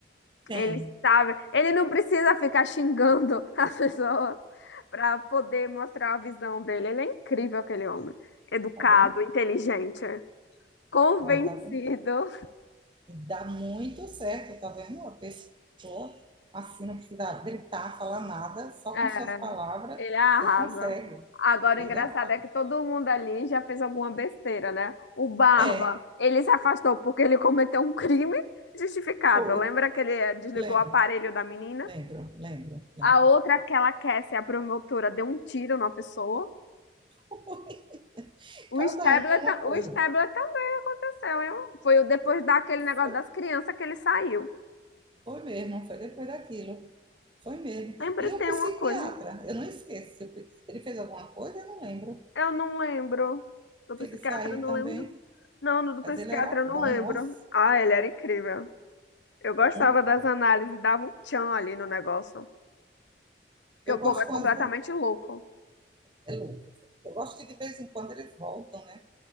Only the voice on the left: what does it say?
Ele sabe, ele não precisa ficar xingando <laughs> as pessoas para poder mostrar a visão dele. Ele é incrível, aquele homem. Educado,
inteligente, convencido.
É,
ele arrasa.
Agora,
o engraçado
é que todo mundo ali já fez alguma besteira, né? O Barba,
ele se afastou porque ele cometeu um crime justificado.
Lembra que ele eh, desligou
o aparelho da menina?
A outra, aquela Cassie, a promotora, deu um tiro na pessoa.
O Stabler,
ta-
o Stabler também aconteceu, hein? Foi o- depois daquele negócio
das crianças que ele saiu.
Lembra,
tem
uma coisa.
Eu não lembro. Do psiquiatra,
eu não
lembro. Não, do do
psiquiatra,
eu não
lembro.
Ah, ele era incrível. Eu gostava
das
análises, dava um tchan ali no negócio. Porque
o
povo é
completamente
louco.